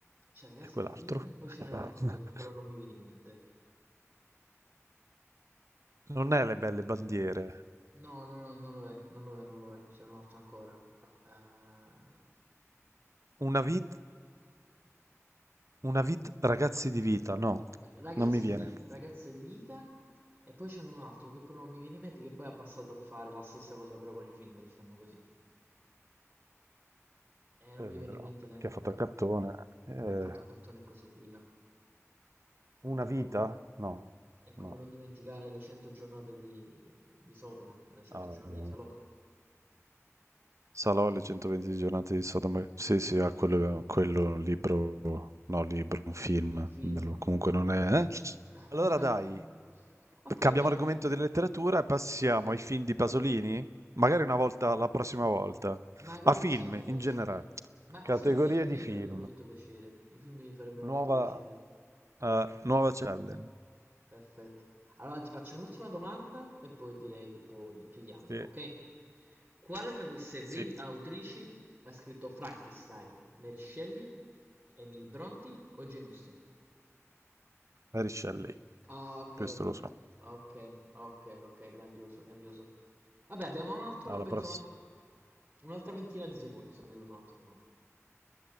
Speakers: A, on the right; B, on the right.
A: c'è Ragazzi
B: e quell'altro.
A: di vita e poi
B: <laughs>
A: ce n'è un altro che però non mi viene in mente.
B: Non è le belle bandiere.
A: No, no, no, non lo è, non lo è, non lo è, c'è un altro ancora. Eh,
B: Una vita, una vit, ragazzi di vita, no,
A: Ra- Ragazzi
B: non mi viene.
A: di vita, ragazza di vita. E poi c'era un altro che però non mi viene in mente che poi ha passato a fare la stessa cosa però con i film, diciamo così. E
B: È
A: non
B: vero,
A: mi viene in mente neanche
B: perché ha fatto
A: a me,
B: il cartone.
A: purtroppo.
B: Eh,
A: Eh, Ha fatto a cattone e così via.
B: una
A: È
B: vita?
A: come,
B: No,
A: è come
B: no.
A: non dimenticare le 100 giornate di, di Sodoma, le 100
B: Ah,
A: giornate
B: no.
A: di Salò.
B: Salò
A: Ok,
B: e le
A: eh,
B: 120 giornate di Sodoma. Sì, sì, ha quello, quello è un libro, no, libro, un film.
A: è un film.
B: Bello, Comunque non è. eh.
A: <laughs>
B: Allora dai,
A: Ok,
B: Cambiamo
A: dai.
B: argomento di letteratura e passiamo ai film di Pasolini, magari una volta, la prossima volta,
A: Magari
B: a film
A: sì, magari
B: in generale.
A: sì. Ma
B: Categorie
A: sì, ai film
B: di
A: mi
B: film,
A: farebbe molto piacere. I film mi farebbe molto
B: nuova,
A: piacere.
B: eh, nuova challenge.
A: Perfetto. Allora ti faccio un'ultima domanda e poi direi, poi chiudiamo,
B: Sì,
A: ok? Quale tra queste acri-
B: sì,
A: autrici ha scritto Frankenstein? Mary Shelley, Emily Brontë o Jane Austen?
B: Mary Shelley,
A: Ah, ok,
B: questo lo so.
A: ok, ok, ok, grandioso, grandioso. Vabbè, abbiamo un altro,
B: Alla
A: penso,
B: prossima.
A: un alt- un'altra ventina di secondi se mi vuoi fare un'altra domanda.